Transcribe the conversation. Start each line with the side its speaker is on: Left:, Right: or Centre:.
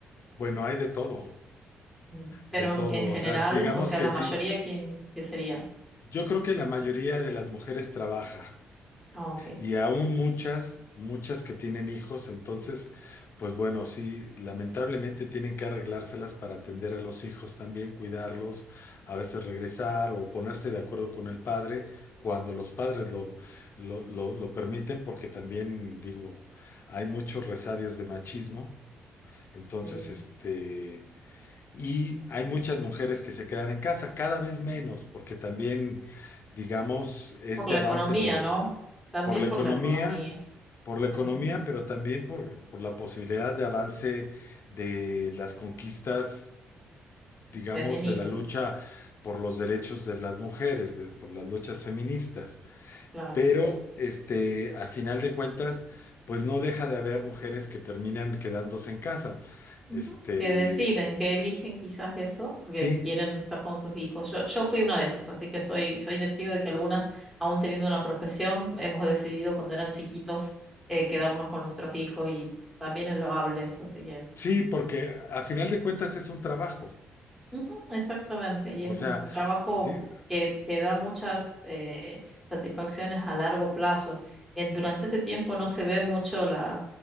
Left: bueno, hay de todo,
Centre: Mm. Pero
Left: de todo,
Centre: en, en general,
Left: o sea, digamos
Centre: o sea,
Left: que
Centre: la
Left: sí.
Centre: mayoría, ¿quién, qué sería?
Left: Yo creo que la mayoría de las mujeres trabaja.
Centre: Ah, ok,
Left: Y aún muchas, muchas que tienen hijos, entonces, pues bueno, sí, lamentablemente tienen que arreglárselas para atender a los hijos también, cuidarlos, a veces regresar o ponerse de acuerdo con el padre cuando los padres lo, lo, lo, lo permiten, porque también, digo, hay muchos resabios de machismo. Entonces,
Centre: sí.
Left: este, y hay muchas mujeres que se quedan en casa, cada vez menos, porque también, digamos, este
Centre: Por la
Left: avance
Centre: economía,
Left: en los
Centre: ¿no? También
Left: por la
Centre: por
Left: economía,
Centre: la economía,
Left: por la economía,
Centre: sí.
Left: pero también por, por la posibilidad de avance de las conquistas, digamos,
Centre: Femeninas,
Left: de la lucha por los derechos de las mujeres, de- por las luchas feministas.
Centre: claro.
Left: Pero, este, a final de cuentas, pues no deja de haber mujeres que terminan quedándose en casa.
Centre: Ujú.
Left: Este,
Centre: Que deciden, que eligen quizás eso, porque
Left: sí,
Centre: quieren estar con sus hijos. Yo, yo fui una de esas, así que soy, soy testigo de que algunas, aún teniendo una profesión, hemos decidido cuando eran chiquitos eh, quedarnos con nuestros hijos y también es loable eso, así que
Left: sí, porque a final de cuentas es un trabajo.
Centre: Ujú, exactamente, y
Left: O
Centre: es
Left: sea,
Centre: un trabajo
Left: di-
Centre: que, que da muchas eh, satisfacciones a largo plazo. En- durante ese tiempo no se ve mucho la,